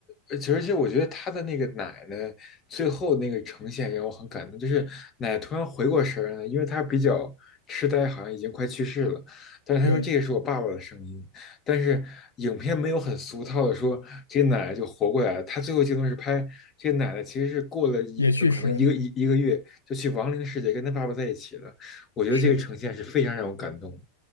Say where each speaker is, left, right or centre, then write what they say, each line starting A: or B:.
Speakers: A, on the left; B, on the left.
A: 而且而且，我觉得他的那个奶奶最后那个呈现让我很感动，就是奶奶突然回过神儿来，因为她比较痴呆，好像已经快去世了。但是她说这个是我爸爸的声音，
B: 对，
A: 但是影片没有很俗套的说这个奶奶就活过来了。她最后镜头是拍这个奶奶其实是过了一呃可能一个一一个月就去亡灵世界跟他爸爸在一起了。
B: 也去世了，
A: 我觉得这个呈现是非常让我感动的
B: 是的。